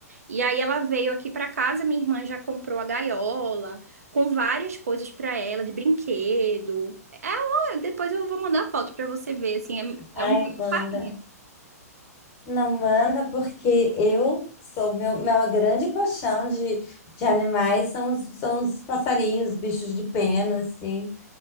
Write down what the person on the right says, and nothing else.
E aí ela veio aqui para casa, minha irmã já comprou a gaiola, com várias coisas para ela, de brinquedo. É, uma- depois eu vou mandar foto para você ver, assim,
é, é um maior
carinho.